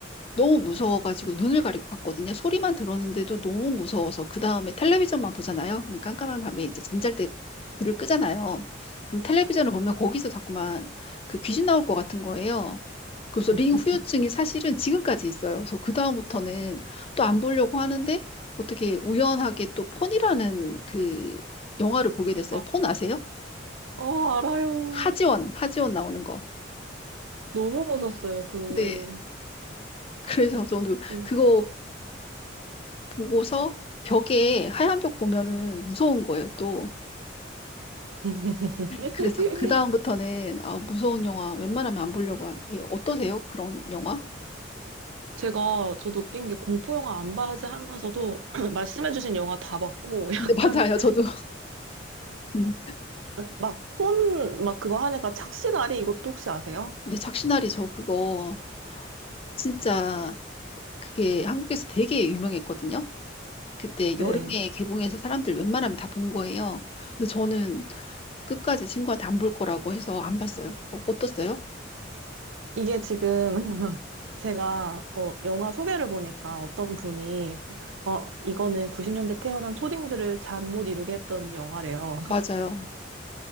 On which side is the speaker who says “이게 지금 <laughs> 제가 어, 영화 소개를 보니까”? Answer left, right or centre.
Right